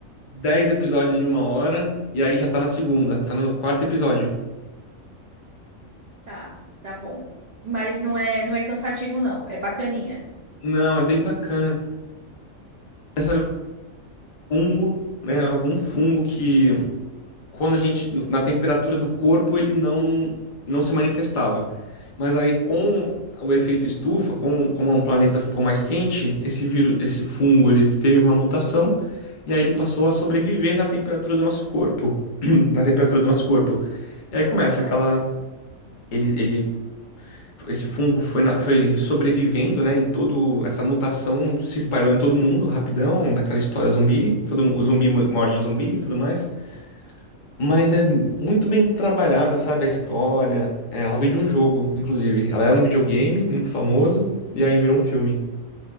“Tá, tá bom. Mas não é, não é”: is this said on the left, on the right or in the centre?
Right